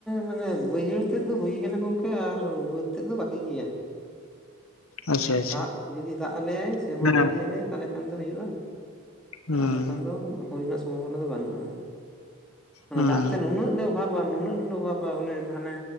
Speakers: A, in the centre; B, on the left.
A: ᱢᱟᱱᱮ ᱵᱟᱹᱭᱦᱟᱹᱲ ᱛᱮᱫ ᱫᱚ ᱦᱩᱭ ᱠᱟᱱᱟ ᱜᱚᱢᱠᱮ ᱟᱨ ᱵᱟᱹᱫᱽ ᱛᱮᱫ ᱫᱚ ᱵᱟᱠᱤ ᱜᱮᱭᱟ ᱾
B: ᱟᱪᱪᱷᱟ ᱟᱪᱪᱷᱟ
A: ᱫᱟᱜ ᱡᱩᱫᱤ ᱫᱟᱜ ᱟᱞᱮᱭᱟᱭ ᱥᱮᱨᱢᱟ
B: ᱦᱮᱸ
A: ᱡᱟᱹᱲᱤᱭᱟᱞᱮ ᱛᱟᱦᱚᱞᱮ ᱠᱷᱟᱱ ᱫᱚ ᱦᱩᱭᱩᱜᱼᱟ ᱾
B: ᱦᱩᱸ
A: ᱟᱨ ᱵᱟᱠᱷᱟᱱ ᱫᱚ ᱦᱩᱲᱩ ᱦᱩᱭ ᱨᱮᱱᱟᱜ ᱥᱚᱢᱵᱷᱚᱵᱚᱱᱟ ᱫᱚ ᱵᱟᱹᱱᱩᱜᱼᱟ, ᱢᱟᱱᱮ
B: ᱦᱩᱸ
A: ᱫᱟᱜ ᱛᱮ ᱱᱩᱱᱟᱹᱜ ᱞᱮ ᱚᱵᱷᱟᱵᱽ ᱵᱟ ᱱᱩᱱᱟᱹᱜ ᱚᱵᱷᱟᱯᱟ ᱚᱱᱮ ᱦᱟᱱᱮ